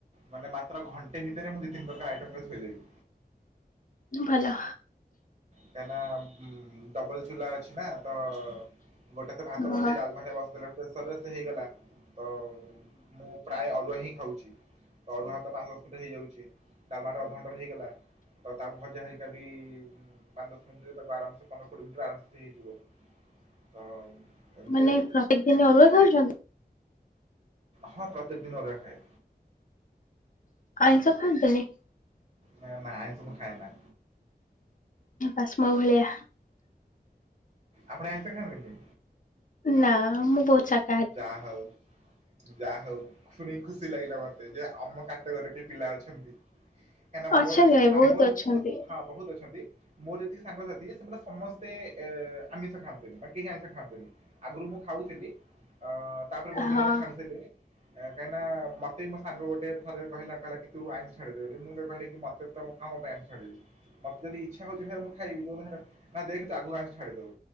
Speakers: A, on the right; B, on the left.
A: ମାନେ ମାତ୍ର ଘଣ୍ଟେ ଭିତରେ ମୁଁ ଦି, ତିନ ପ୍ରକାର ଆଇଟମ କରିକି ଥୋଇଦେବି।
B: ଭଲ।
A: କାଇଁ ନା ଉଁ‌ ଡବଲ ଚୁଲା ଅଛି ନା ତ। ଗୋଟେ ସେ ଭାତ
B: ହୁଁ
A: ବସେଇ ଡାଲମା ଘଟିକା ବସେଇଦେଲେ ପ୍ରେସରରେ ସେ ହେଇଗଲା ତ ମୁଁ। ପ୍ରାୟ ଅରୁଆ ହିଁ ଖାଉଛି ତ ଅରୁଆ ଭାତ ପାଞ୍ଚ ଦଶ ମିନିଟ ହେଇଯାଉଛି ଡାଲମାଟ ଅଧଘଣ୍ଟାରେ ହେଇଗଲା। ତ ତାର ଭଜା ହରିକା ବି ପାଞ୍ଚ ଦଶ ମିନିଟରେ ତାକୁ ଆରାମ ପନ୍ଦର କୋଡିଏ ମିନିଟରେ ଆରାମସେ ସେ ହେଇଯିବ। ତ ଏମିତି
B: ମାନେ
A: ଆଉ
B: ପ୍ରତ୍ୟେକ ଦିନ ଅରୁଆ ଖାଉଛନ୍ତି।
A: ହଁ ପ୍ରତ୍ୟେକ ଦିନ ଅରୁଆ ଖାଏ।
B: ଆଇଁଷ ଖାଆନ୍ତିନି।
A: ନା ନା ଆଇଁଷ ମୁ ଖାଏନା।
B: ଆଛା ମୋ ଭଳିଆ।
A: ଆପଣ ଆଇଁଷ ଖାଆନ୍ତିନି।
B: ନା ମୁଁ ବହୁତ ସା
A: ଯା ହଉ ଯା ହଉ ଶୁଣି କି ଖୁସି ଲାଗିଲା ମତେ ଯେ ଆମ କାଟ ଗୋରି ର କିଏ ପିଲା ଅଛନ୍ତି କାଇଁ ନା ମୋର
B: ଅଛନ୍ତି
A: ଯେ
B: ଭାଇ
A: ଆ
B: ବହୁତ
A: ମୋର ଯେତିକି
B: ଅଛନ୍ତି
A: ସା ହଁ ବହୁତ ଅଛନ୍ତି। ମୋର ଯେତିକି ସାଙ୍ଗସାଥି ସେମାନେ ସମସ୍ତେ ଏ ଆମିଷ ଖାଆନ୍ତିନି ବା କେହି ଆମିଷ ଖାଆନ୍ତିନି। ଆଗରୁ ମୁଁ ଖାଉଥିଲି ଅ ତାପରେ ବହୁତ
B: ହଁ
A: ଦିନ ହେଲାଣି ଛାଡି‌ସାରିଲିଣି। କାହିଁକି ନା, ମତେ ମୋ ସାଙ୍ଗ ଗୋଟ ଥରେ କହିଲା, କହିଲା କି ତୁ ଆଇଁଷ ଛାଡ଼ିଦେ ବୋଲି‌ ମୁଁ ତାକୁ କହିଲି କି ମତେ। ତ ମୁଁ କଣ ପାଇଁ ଆଇଁଷ ଛଡିବି ମତେ ଯଦି ଇଛା ହଉଛି ଖାଇବାକୁ ମୁଁ ଖାଇବି ଯୋଉ ଦିନ। ନା ଦେଖ ତୁ, ଆଗକୁ ଆଇଁଷ ଛାଡି ଦବୁ